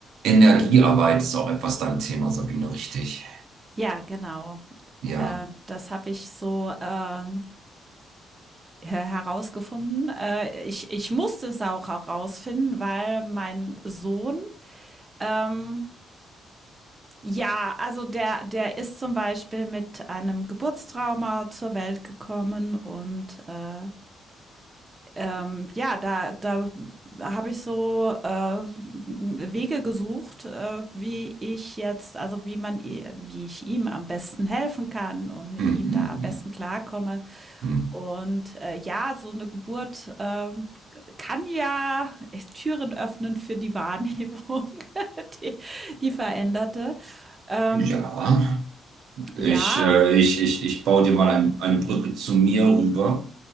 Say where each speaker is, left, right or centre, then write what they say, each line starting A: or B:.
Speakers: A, on the right; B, on the right.
A: Energiearbeit ist auch etwas dein Thema, Sabine, richtig.
B: Ja, genau.
A: Ja.
B: Äh, das habe ich so ähm, her- herausgefunden. Äh, ich, ich musste es auch herausfinden, weil mein Sohn, ähm, ja, also der, der ist zum Beispiel mit einem Geburtstrauma zur Welt gekommen und äh, ähm, ja, da, da habe ich so äh, Wege gesucht, äh, wie ich jetzt, also wie man, wie ich ihm am besten helfen kann und mit
A: Hm,
B: ihm
A: hm,
B: da am besten klarkomme.
A: hm,
B: Und äh, ja, so eine Geburt ähm, kann ja Türen öffnen für die Wahrnehmung, <laughs> die, die veränderte. Ähm,
A: hm. Ja.
B: ja,
A: Ich, äh, ich, ich, ich baue dir mal ein, eine Brücke zu mir rüber.